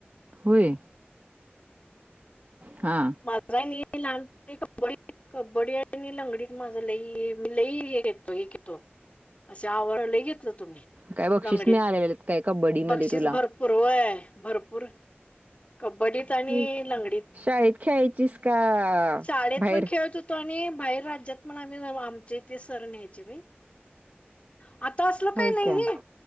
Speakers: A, on the right; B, on the left.
A: होय. हा.
B: <unintelligible> कब्डी, कबड्डी आणि लंगडीत माझं लई मी लई हे तु ये की तु, असे अवॉर्ड लई घेतलो होतो मी,
A: काय बक्षीस
B: लंगडीत.
A: मिळालेले काय कबड्डी मध्ये
B: बक्षीस
A: तुला
B: भरपूर होय भरपूर, कबड्डीत
A: होय
B: आणि
A: की
B: लंग
A: शाळेत खेळाचीस का
B: शाळेत
A: बाहेर
B: पण खेळत होतो आणि बाहेर राज्यात पण आम्ही आमचे ते सर न्यायचे बइ. आता असल
A: होय
B: काही नाहीे
A: काय
B: नई,